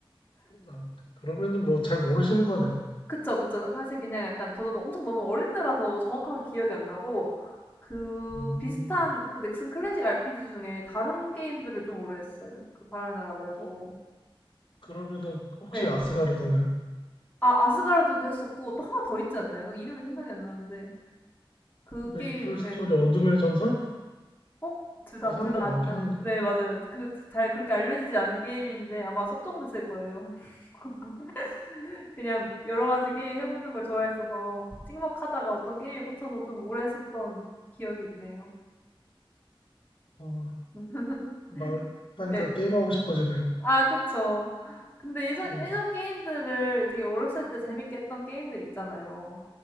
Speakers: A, on the left (about 65°); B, on the left (about 20°).
A: 아, 그러면은 뭐 잘 모르시는 거네요.
B: 그쵸, 그쵸. 사실 그냥 약간 저도 엄청 너무 어릴 때라서 정확하게 기억이 안 나고 그
A: 음,
B: 비슷한 그 넥슨 클래식 RPG 중에 다른 게임들을 좀 오래 했어요. 그 바람의 나라 말고.
A: 어, 그러면은 혹시
B: 네,
A: 아스가르드인가요?
B: 아 아스가르드도 했었고 또 하나 더 있지 않나요? 이름이 생각이 안 나는데 그
A: 메이플
B: 게임
A: 스토리
B: 예.
A: 어둠의 전설?
B: 어? 둘 다
A: 이상한
B: 둘 다
A: 거 많긴
B: 아
A: 한데.
B: 네 맞아요. 그 잘 그렇게 알려지지 않은 게임인데 아마 섭정됐을 거예요. <laughs> 그냥 여러 가지 게임 해 보는 걸 좋아했어서 찍먹하다가 어떤 게임에 꽂혀서 좀 오래 했었던 기억이 있네요.
A: 어,
B: <laughs>
A: 말하니까
B: 네.
A: 게임하고 싶어지네요.
B: 아 그쵸. 근데 예전
A: 네.
B: 예전 게임들을 되게 어렸을 때 재밌게 했던 게임들 있잖아요.